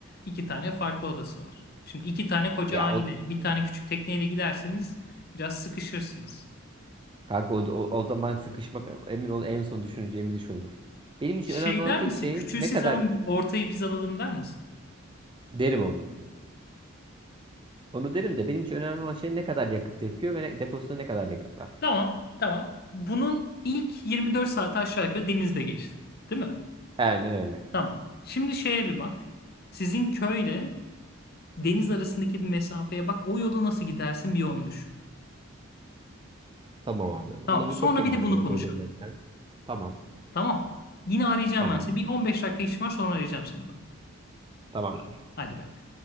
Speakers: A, on the left (about 45°); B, on the right (about 20°).
A: İki tane farklı odası var. Şimdi iki tane koca
B: Ya
A: aile,
B: o
A: bir tane küçük tekneyle giderseniz biraz sıkışırsınız.
B: kanka o, o, o zaman sıkışmak emin ol en son düşüneceğimiz iş olur. Benim için
A: Şey
B: önemli olan
A: der
B: tek
A: misin?
B: şey
A: Küçüğü
B: ne
A: siz
B: kadar
A: alın, ortayı biz alalım der misin?
B: derim onu. Onu derim de benim için önemli olan şey ne kadar yakıt yakıyor ve ne, deposunda ne kadar yakıt var.
A: Tamam, tamam. Bunun ilk 24 saati aşağı yukarı denizde geçti. Değil mi?
B: Aynen öyle.
A: Tamam. Şimdi şeye bir bak. Sizin köyle deniz arasındaki bir mesafeye bak. O yolu nasıl gidersin bir onu düşün.
B: Tamam abi.
A: Tamam.
B: Ona bir
A: Sonra
B: bakayım
A: bir de
B: ben
A: bunu
B: hemen
A: konuşalım.
B: Google Map'ten. Tamam.
A: Tamam. Yine arayacağım
B: Tamam.
A: ben seni. Bir 15 dakika işim var sonra arayacağım seni ben.
B: Tamamdır.
A: Hadi bay bay.